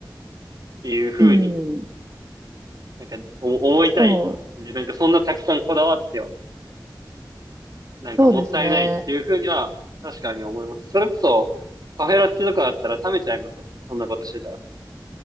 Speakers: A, on the right; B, on the right.
A: っていう風に、
B: うん、
A: なんかお思いたいんで、
B: そう、
A: なんかそんなたくさんこだわっては、なんかもったいないっていう風には、
B: そうですね。
A: 確かに思います。それこそ、カフェラテとかだったら冷めちゃいますもんね、そんなことしてたら。